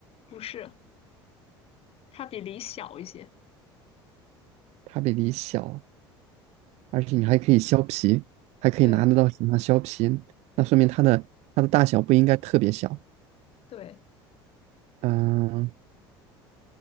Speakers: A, on the left; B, on the right.
A: 不是，它比梨小一些。
B: 它比梨小，而且你还可以削皮，还可以拿得到手上削皮，
A: 对
B: 那说明它的它的大小不应该特别小。
A: 对。
B: 嗯，